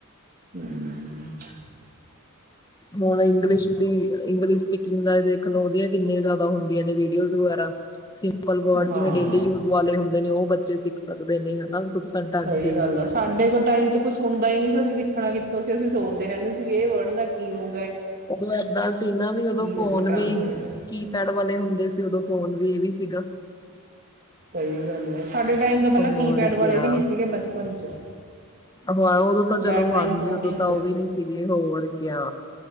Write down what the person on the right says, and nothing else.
ਹੂੰ,
ਹਾਂ
ਸਹੀ ਗੱਲ ਆ ਸਾਡੇ ਕ ਟਾਈਮ ਚ, ਕੁੱਛ ਹੁੰਦਾ ਹੀ ਨਹੀਂ ਸੀ, ਅਸੀਂ ਸਿੱਖਣਾ ਕਿੱਥੋਂ ਸੀ, ਅਸੀਂ ਸੋਚਦੇ ਰਹਿੰਦੇ ਸੀ ਵੀ ਇਹ ਵਰਡ ਦਾ ਕੀ ਹੋਊ।
ਹੋਊਗੀ ਟਰਾਂਸਲੇਸ਼ਨ
ਸਹੀ ਗੱਲ ਹੈ ਸਾਡੇ ਟਾਈਮ ਦਾ ਪਹਿਲਾਂ ਕੀਪੈਡ
ਵਾਲੇ
ਵੀ ਨਹੀਂ ਸੀਗੇ ਬਚਪਨ ਚ
ਲੈਂਡਲਾਈਨ
ਫੋਨ
ਹੀ ਹੁੰਦੇ